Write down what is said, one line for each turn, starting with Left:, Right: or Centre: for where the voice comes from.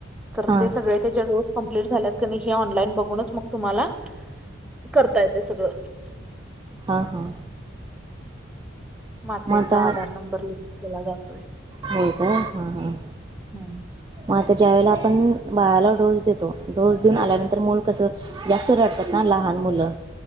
Centre: तर
Right: हां
Centre: ते सगळे. त्याचे डोस कं्प्लीट झाल्यात, क हे ऑनलाईन बघूनच मग तुम्हाला. करता येते सगळं.
Right: हा हा.
Centre: मातेचा
Right: मग आता
Centre: आधार नंबर, लिंक केला जातोय.
Right: हो काय हा हा.
Centre: हम्म.
Right: मग आता ज्या वेळेला आपण बाळाला डोस देतो, डोस देऊन आल्यानंतर मूल कस. जास्त रडतात ना लहान मुलं